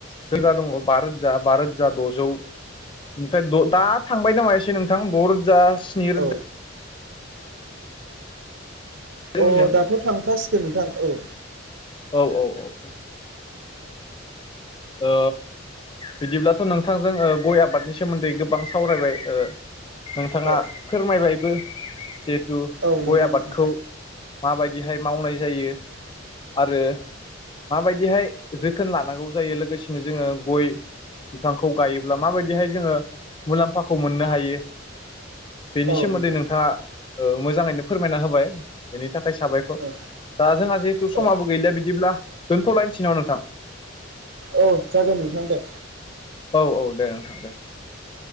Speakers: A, on the left (about 25°); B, on the right (about 70°).
A: जोंना दङ बा रोजा बा रोजा द'जौ ओमफ्राय दा थांबाय नामा एसे नोंथां द' रोजा स्नि रोजा
B: औ
A: जोंनिजों
B: अ दाथ' थांखासिगोन नोंथां औ
A: औ औ औ ओ बिदिब्लाथ' नोंथांजों ओ गय आबादनि सोमोनदै गोबां सावरायबाय ओ नोंथाङा
B: औ
A: फोरमायबायबो जिहेथु
B: औ नंगौ
A: गय आबादखौ
B: नोंथां
A: माबायदि बेहाय मावनाय जायो आरो माबायदिहाय जोथोन लानांगौ जायो लोगोसेनो जोङो गय बिफांखौ गायोब्ला माबायदिहाय जोङो मुलामफाखौ मोननो हायो बेनि
B: औ
A: सोमोनदै
B: नंगौ
A: नोंथाङा ओ मोजाङैनो फोरमायना होबाय बेनि था खाय साबायखर
B: औ
A: दा जोंहा जिहेथु समाबो
B: औ
A: गैलिया बिदिब्ला दोनथ'लायनसै नामा नोंथां?
B: औ जागोन नोंथां दे।
A: औ <unintelligible>